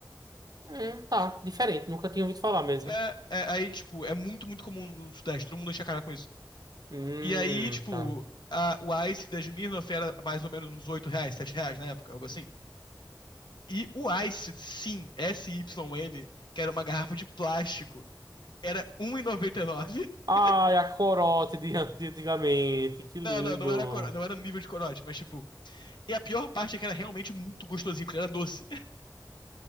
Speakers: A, on the right; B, on the left.
A: Hum, tá, diferente. Nunca tinha ouvido falar mesmo.
B: É, é- aí, tipo, é muito, muito comum no Sudeste, todo mundo enche a cara com isso.
A: Hum,
B: E aí, tipo,
A: tá.
B: a- o Ice da Smirnoff era mais ou menos uns 8 reais, 7 reais na época, algo assim. E o Ice, sim, S-Y-N, que era uma garrafa de plástico, era um e e noventa e nove. <laughs>
A: Ai, a corote de, de antigamente, que lindo.
B: Não, não, não era, coro- não era nível de corote, mas tipo. E a pior parte é que era realmente muito gostosinho, porque era doce.